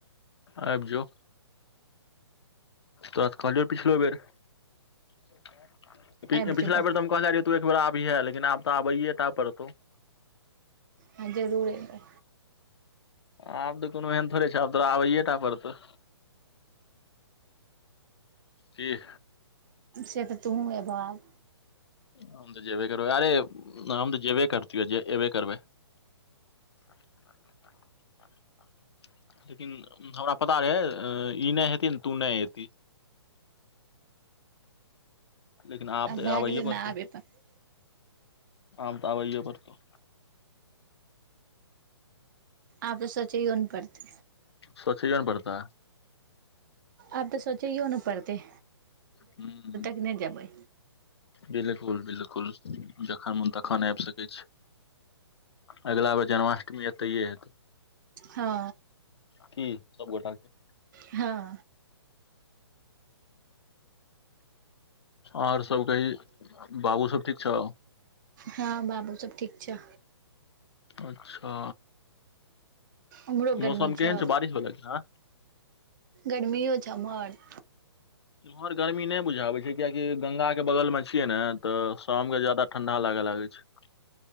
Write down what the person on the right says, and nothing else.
आबि जेबह
हाँ जरूर अबै
से तऽ तूँहू एब आब
भए
गेलै
ने
आब एबह
आब ते सोचयौ नै पड़ते
आब तऽ सोचैयो नहि पड़तै
नहि जेबै
हँ
हँ
हँ बाबू सब ठीक छौ
अम्हरो गर्मी
छौ
गर्मियो छौ अम्हर